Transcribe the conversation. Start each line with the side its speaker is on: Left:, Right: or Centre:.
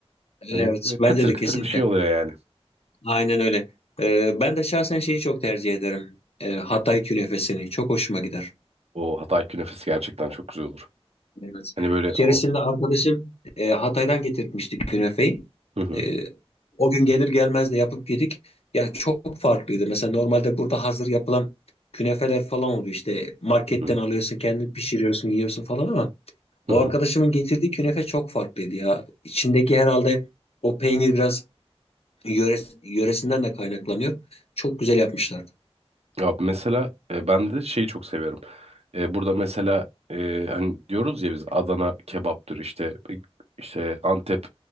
Left: Evet
Right: Hani e, kıtır
Left: bence de
Right: kıtır
Left: kesinlikle.
Right: bir şey oluyor yani.
Left: Aynen öyle. Ee, ben de şahsen şeyi çok tercih ederim. Ee, Hatay künefesini. Çok hoşuma gider.
Right: O Hatay künefesi gerçekten çok güzel olur.
Left: Evet.
Right: Hani böyle
Left: Bir keresinde
Right: o
Left: arkadaşım e, Hatay'dan getirtmişti künefeyi.
Right: Hı hı,
Left: E, o gün gelir gelmez de yapıp yedik. Ya çok farklıydı. Mesela normalde burada hazır yapılan künefeler falan oluyor. İşte marketten
Right: hı hı,
Left: alıyorsun, kendin pişiriyorsun, yiyorsun falan ama
Right: hı
Left: o
Right: hı.
Left: arkadaşımın getirdiği künefe çok farklıydı ya. İçindeki herhalde o peynir biraz yöres- yöresinden de kaynaklanıyor. Çok güzel yapmışlardı.
Right: Ya mesela e, ben de şeyi çok seviyorum. E, burada mesela e, hani diyoruz ya biz Adana kebaptır işte e, işte Antep